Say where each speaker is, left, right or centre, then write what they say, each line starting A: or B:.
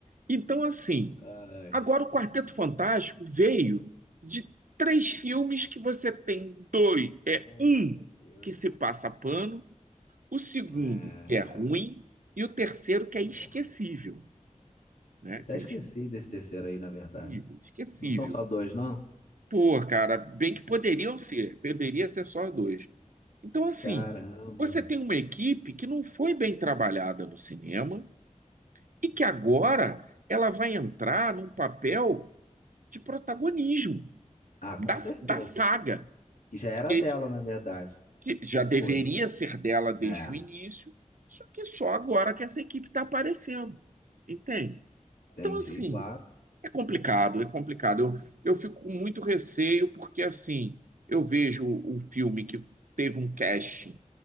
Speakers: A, on the right; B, on the left.
A: Então, assim,
B: Ai.
A: agora o Quarteto Fantástico veio de três filmes que você tem dois. É
B: Oh,
A: um
B: meu Deus.
A: que se passa pano, o segundo
B: É.
A: que é ruim, e o terceiro que é
B: Oh,
A: esquecível, né?
B: até
A: Que
B: esqueci
A: é esquecível,
B: desse terceiro aí, na verdade.
A: esquecível.
B: Não são só dois, não?
A: Pô, cara, bem que poderiam ser, poderia ser só dois. Então, assim,
B: Caramba.
A: você tem uma equipe que não foi bem trabalhada no cinema e que agora ela vai entrar num papel de protagonismo
B: Ah,
A: da,
B: com certeza.
A: da saga,
B: Já era
A: porque
B: dela, na verdade.
A: que já
B: Sempre
A: deveria
B: foi.
A: ser dela desde
B: É,
A: o início, só que só agora que essa equipe está aparecendo, entende?
B: entendi,
A: Então, assim,
B: claro.
A: é complicado, é complicado. Eu, eu fico com muito receio, porque, assim, eu vejo um filme que teve um casting,